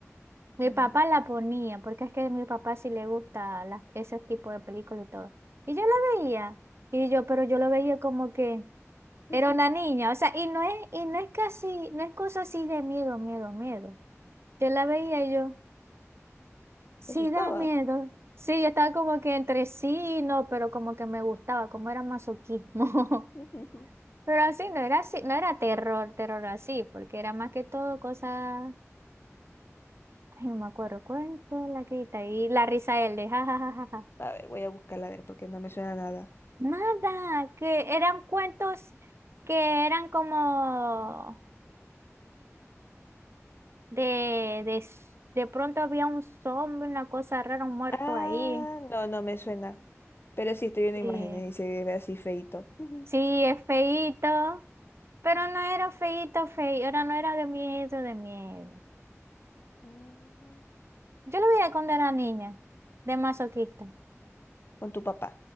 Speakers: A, on the right (about 55°); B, on the left (about 50°).
A: Mi
B: Mm.
A: papá la ponía, porque es que a mi papá sí le gusta la- ese tipo de películas y todo. Y yo la veía, y yo, pero yo lo veía como que
B: <laughs>
A: era
B: Ujú.
A: una niña, o sea, y no es, y no es casi, no es cosa así de miedo, miedo, miedo. Yo la veía y yo, sí
B: ¿Te asustaba?
A: da miedo. Sí, yo estaba como que entre sí y no, pero como que me gustaba, como era masoquismo.
B: <laughs> Ujú.
A: <laughs> Pero así no era así, no era terror, terror así, porque era más que todo cosas, ay, no me acuerdo, cuento, la quita y la risa él de jajajaja.
B: A ver, voy a buscarla a ver porque no me suena nada.
A: Nada, que eran cuentos que eran como de, de, s- de pronto había un zombie, una cosa rara, un muerto
B: Ah,
A: ahí.
B: no, no me suena. Pero sí estoy viendo imágenes
A: Sí,
B: y se ve así feito. Ujú.
A: sí,
B: <laughs>
A: es feíto, pero no era feíto, feíto, era, no era de miedo, de miedo.
B: Mm.
A: Yo lo veía cuando era niña, de masoquista.
B: Con tu papá.